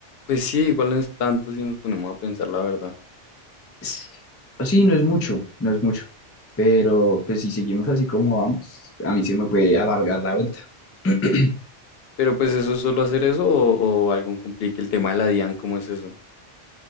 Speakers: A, on the left; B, on the left.
A: Pues sí, igual no es tanto si nos ponemos a pensar la verdad.
B: Es- Sí, no es mucho, no es mucho, pero pues si seguimos así como vamos, a mí se me puede alargar la vuelta. <clears throat>
A: Pero pues eso es solo hacer eso o, o algo complique. El tema de la DIAN, ¿cómo es eso?